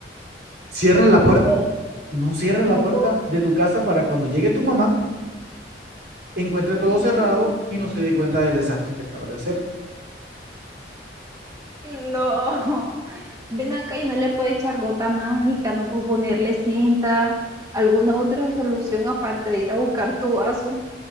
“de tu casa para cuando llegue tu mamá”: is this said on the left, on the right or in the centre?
Right